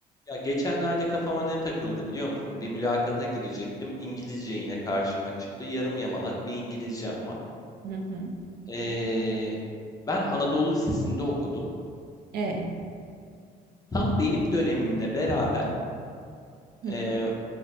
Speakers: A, on the left; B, on the right.
A: Ya geçenlerde kafama ne takıldı biliyor musun? Bir mülakata girecektim. İngilizce yine karşıma çıktı. Yarım yamalak bir İngilizcem var.
B: Hı hı.
A: Ee, ben Anadolu Lisesi'nde okudum.
B: E.
A: Tam benim dönemimle beraber
B: Hı hı.
A: ee,